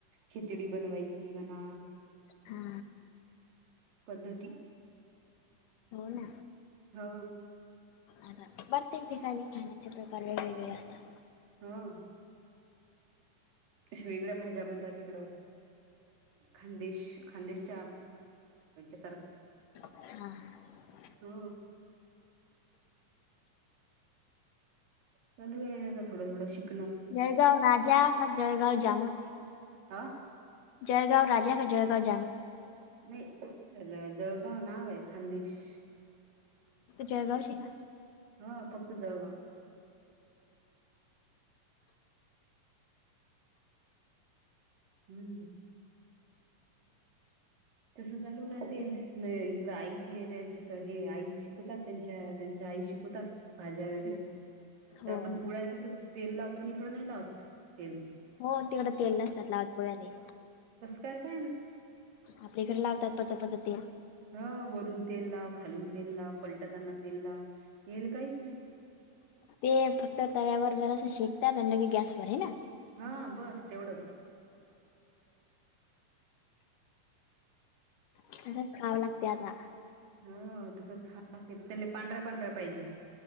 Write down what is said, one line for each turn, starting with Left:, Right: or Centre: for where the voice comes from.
Right: खिचडी बनवायची बना
Left: हा
Right: पद्धती
Left: हो ना
Right: हो
Left: आता प्रत्येक ठिकाणी खाण्याचे प्रकार वेगवेगळे असतात.
Right: हा अशा वेगळ्या भाज्या बनतात इकडं. खानदेश खानदेशच्या सारख
Left: हा
Right: हो चालू आहे थोडंथोड शिक
Left: जळगाव राजा का जळगाव जाम
Right: हा
Left: जळगाव राजा का जळगाव जामन?
Right: नाही जळगाव नाव आहे खानदेश?
Left: जळगाव शी का?
Right: हा फक्त जळगाव. हम्म तस चालु राहते आईचे ते त्यांच्या हे आई शिकवतात त्यांच्यात. त्यांच्या आई शिकवतात भाज्या वगैरे?
Left: हो हो
Right: तर आपण
Left: हो
Right: पोळ्याला कसं तेल लावतो आणि इकडं नाही लावत? तेल
Left: हो तिकडं तेल नसतात लावत पोळ्याले.
Right: तसं काय काय माहित.
Left: आपले एकड लावतात पचपच तेल.
Right: हा वरून तेल लाव खालून तेल लाव पलटताना तेल लाव येल काहीच नाही.
Left: ते फक्त तव्यावर जरा असं शेकतात आणलं की गॅसवर आहे ना?
Right: हा बस तेवढंच.
Left: तसंच खावं लागते आता?
Right: हो तसच खाव तेले पांढऱ्या पांढऱ्या पाहिजे?